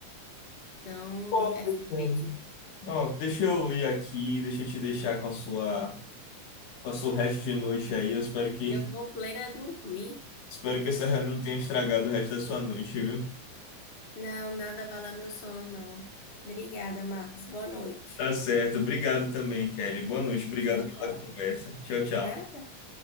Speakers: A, on the left (about 25°); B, on the left (about 80°).
A: Então,
B: Concordo,
A: é Fred.
B: Kelly. Ó, deixa eu ir aqui, deixa eu te deixar com a sua, com a sua resto de noite aí. Eu espero que,
A: Eu vou plena dormir.
B: espero que essa reunião não tenha estragado o resto da sua noite, viu?
A: Não, nada abala meu sono, não. Obrigada, Marcos. Boa noite.
B: Tá certo. Obrigado também, Kelly. Boa noite. Obrigado
A: Tchau,
B: pela
A: tchau.
B: conversa. Tchau, tchau.
A: Nada.